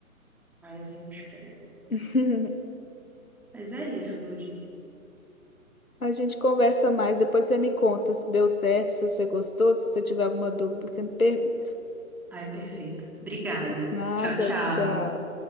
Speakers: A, in the centre; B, on the left (about 75°).
A: Aí assim eu espero.
B: <laughs>
A: Mas é isso, Lud.
B: A gente conversa mais, depois você me conta se deu certo, se você gostou, se você tiver alguma dúvida, você me pergunta.
A: Ai, perfeito. Obrigada.
B: Nada,
A: Tchau, tchau.
B: tchau.